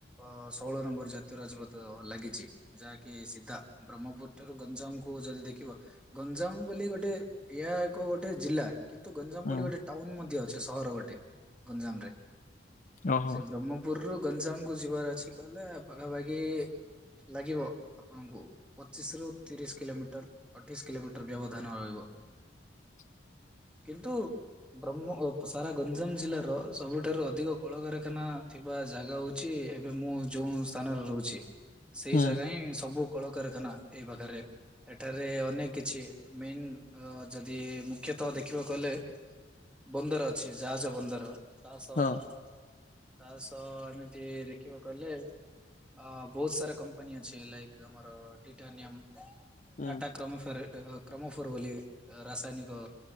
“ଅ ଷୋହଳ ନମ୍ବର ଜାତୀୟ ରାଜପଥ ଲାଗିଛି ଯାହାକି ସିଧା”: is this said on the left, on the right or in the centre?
Centre